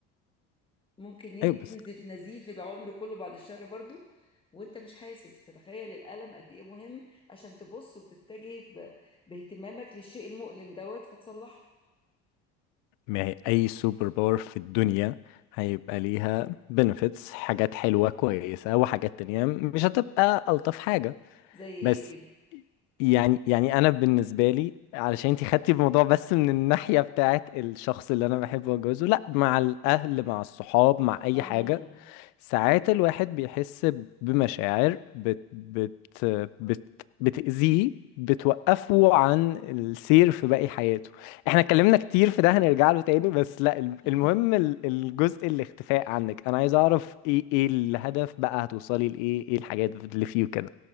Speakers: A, on the left (about 15°); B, on the left (about 85°).
A: ممكن ين-
B: ايوه
A: تنزف
B: بس
A: نزيف العمر كله بعد الشر برضو وانت مش حاسس فتخيل الألم قد ايه مهم عشان تبص وتتجه ب- باهتمامك للشيء المؤلم دوت فتصلحه
B: ما هي اي سوبر باور في الدنيا هيبقى ليها بنفيتس حاجات حلوة كويسة وحاجات تانية مش هتبقى ألطف حاجة
A: زي ايه
B: بس
A: كده
B: يعني يعني انا بالنسبة لي علشان انتي خدتي الموضوع بس من الناحية بتاعت الشخص اللي انا بحبه واتجوزه لا مع الاهل مع الصحاب مع اي
A: اه
B: حاجة ساعات الواحد بيحس بمشاعر بت بت بت بتأذيه بتوقفه عن السير في باقي حياته احنا اتكلمنا كتير في ده هنرجع له تاني بس لا الم-
A: <laughs>
B: المهم ال- الجزء الاختفاء عنك انا عايز اعرف ايه ايه الهدف بقى هتوصلي لايه ايه الحاجات اللي فيه كده